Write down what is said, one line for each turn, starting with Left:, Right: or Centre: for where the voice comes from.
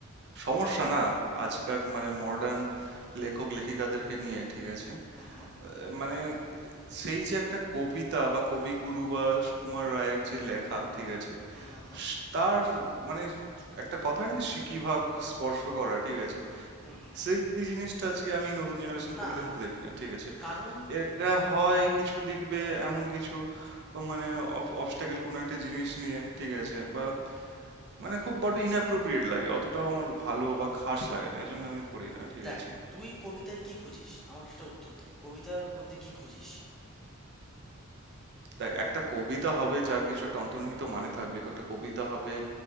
Right: সমস্যা না আজকার মানে মডার্ন লেখক
Centre: হুম
Right: লেখিকাদেরকে নিয়ে, ঠিক আছে? আহ,
Centre: হুম হুম
Right: মানে সেই যে একটা কবিতা বা কবিগুরু বা সুকুমার রায়ের যে লেখা ঠিক আছে
Centre: হুম হুম হুম
Right: স- তার মানে একটা কথা না যে সিকিভাগ স্পর্শ করা ঠিক আছে
Centre: হুম হুম
Right: সেই জিনিসটা আজকে আমি নতুন জেনারেশন
Centre: না
Right: কবিদের মধ্যে দেখি না ঠিক আছে
Centre: কারণ
Right: এরা হয় কিছু লিখবে এমন কিছু ও মানে অবস্টাকেল কোনো একটা জিনিস নিয়ে ঠিক আছে বা মানে খুব বড় ইনঅ্যাপ্রোপ্রিয়েট লাগে অতটাও আমার ভালো বা খাস লাগে না এই জন্য আমি পড়ি না ঠিক
Centre: দেখ
Right: আছে
Centre: তুই কবিতায় কি খুঁজিস আমাকে সেটা উত্তর দে কবিতার মধ্যে কি খুঁজিস
Right: দেখ একটা কবিতা হবে যার কিছু একটা অন্তর্নিহিত মানে থাকবে একটা কবিতা হবে